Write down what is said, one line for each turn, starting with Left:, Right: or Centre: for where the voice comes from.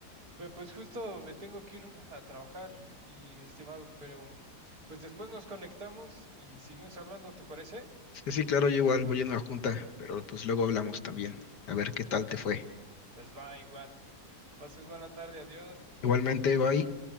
Right: Pero pues justo me tengo que ir a trabajar, mi estimado, pero pues después nos conectamos y seguimos hablando, ¿te parece?
Left: Sí, sí, claro, yo igual voy a una junta, pero pues luego hablamos también. A ver qué tal te fue.
Right: Pues va igual. Que pases buena tarde, adiós.
Left: Igualmente, bye.